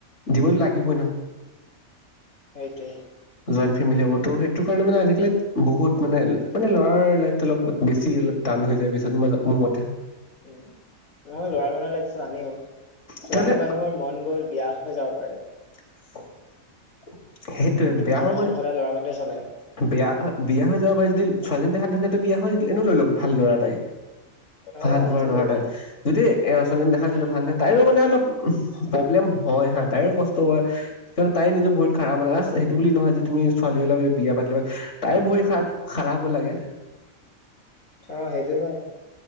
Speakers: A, on the left; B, on the left.
A: দিবতো লাগিবই ন
B: সেইটোৱে
A: জইন ফেমেলি হব সেইটো কাৰণে মানে আজিকালি বহুত মানে মান লৰাৰ লাইফটো অলপ বেছি অলপ টান হৈ যায় পিছত মই মোৰ মতে
B: উ ম লৰা মানুহে জানিও ছোৱালী
A: ত' মানে
B: মানুহৰ মন গ'ল বিয়া হৈ যাব পাৰে
A: <inaudible> সেইটোয়ে
B: কিন্তু
A: বেয়া
B: ঘৰ
A: হব
B: এখন
A: গ
B: সদায় ল'ৰা মানুহে চলায়
A: বেয়া বিয়া হৈ যাব পাৰে যদি ছোৱালী হাত ধুনাতো বিয়া হয় এনে লৈ ল ভাল ল'ৰা তাই
B: অ
A: ভাল
B: সেইটো
A: ঘৰৰ ল'ৰাটাই
B: লৈ ল'বা
A: যদি এই আচালী দেখা
B: উম
A: যদি ভাল নহয় তাইও মানে অলপ উ প্ৰব্লেম হয় হা তাই কষ্ট হয় তাই নিজৰ ভহৰিত খাৰ হ'লে আ সেইটো বুলি নহয় যে তুমি ছোৱালী লা বুলি বিয়া পাতি লবা তাই ভৰি খান খাৰাবো লাগে
B: অ সেইটো হয়